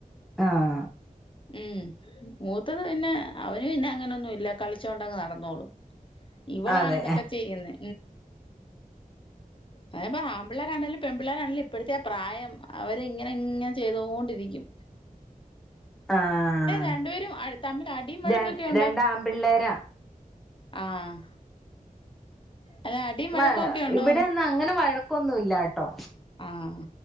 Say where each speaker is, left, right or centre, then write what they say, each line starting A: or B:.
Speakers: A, in the centre; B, on the left (about 35°).
A: ആഹ്
B: ഉം മൂത്തത് പിന്നെ അവന് പിന്നെ അങ്ങനൊന്നും ഇല്ല കളിച്ചോണ്ടങ്ങ് നടന്നോളും ഇവളാണ്
A: അതെ
B: ഇതൊക്കെ ചെയ്യുന്നെ അതെപ്പ ആമ്പിള്ളേരാണേലും പെൺ പിള്ളേരാണെങ്കിലും ഇപ്പഴത്തെ ആ പ്രായം അവരിങ്ങനെ ഇങ്ങനെ ചെയ് തോണ്ടിരിക്കും
A: ആഹ്
B: രണ്ടുപേരും അ തമ്മിൽ അടിയും വഴക്കൊക്കെ
A: ര
B: ഉണ്ടോ
A: രണ്ടാമ്പിള്ളേരാ
B: ആഹ് അല്ല അടിയും
A: വ
B: വഴക്കൊക്കെ ഉണ്ടോന്ന്
A: ഇവിടെന്ന അങ്ങനെ വഴക്കൊന്നുല്ലാട്ടോ
B: ആഹ്